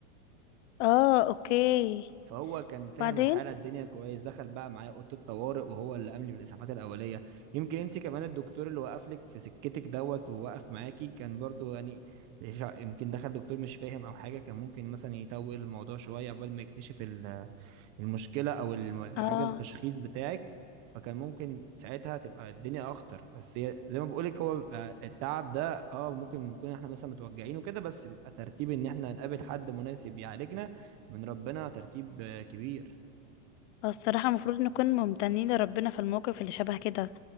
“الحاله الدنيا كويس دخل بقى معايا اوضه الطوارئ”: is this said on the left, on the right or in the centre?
Right